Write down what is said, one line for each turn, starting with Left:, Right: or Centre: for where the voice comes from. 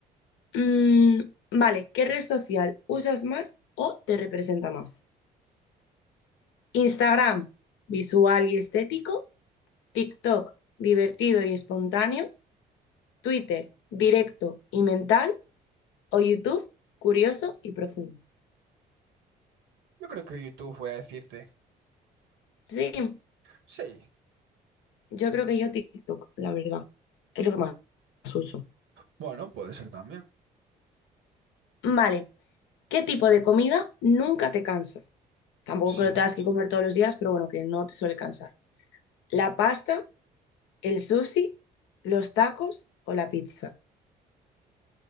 Left: Mm, vale, ¿qué red social usas más o te representa más? Instagram, visual y estético. TikTok, divertido y espontáneo. Twitter, directo y mental. O YouTube, curioso y profundo.
Right: Yo creo que YouTube voy a decirte.
Left: Sí,
Right: Sí,
Left: yo creo que yo TikTok, la verdad. Es lo que más uso.
Right: bueno, puede ser también.
Left: Vale. ¿Qué tipo de comida nunca te cansa? Tampoco
Right: Sí.
Left: que lo tengas que comer todos los días, pero bueno, que no te suele cansar. ¿La pasta, el sushi, los tacos o la pizza?